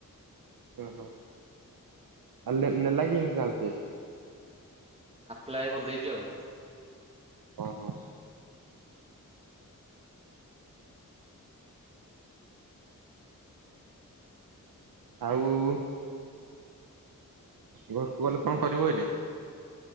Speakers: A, on the right; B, on the right.
A: ଓହୋ! ଆ ଲେନ ନେଲା କେମତି ତାହଲ ସେ?
B: ଆପ୍ଲାଏ କରିଦେଇଚି ଆଉ।
A: ଓ ହୋ। ଆଗକୁ ଘରକୁ ଗଲେ କଣ କରିବ ଏଇନେ?